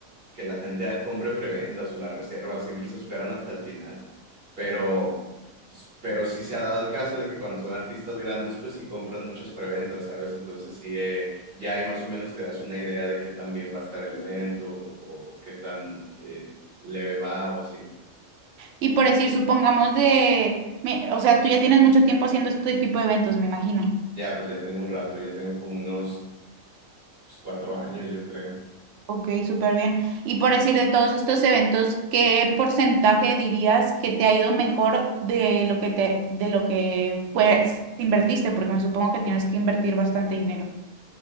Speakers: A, on the right; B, on the right.
A: que la gente compre preventas o la reserva, siempre se esperan hasta el final, pero, pues, pero sí se ha dado el caso de que cuando son artistas grandes, pues sí compran muchas preventas, ¿sabes? Entonces sí, eh, ya ahí más o menos te das una idea de qué tan bien va a estar el evento o, o qué tan eh, leve va o así.
B: Y por decir, supongamos de, me- o sea, tú ya tienes mucho tiempo haciendo este tipo de eventos, me imagino.
A: Ya, pues ya tengo un rato, ya tengo como unos pues, cuatro años, yo creo.
B: Ok, súper bien. Y por decir de todos estos eventos, ¿qué porcentaje dirías que te ha ido mejor de lo que te, de lo que pues invertiste? Porque me supongo que tienes que invertir bastante dinero.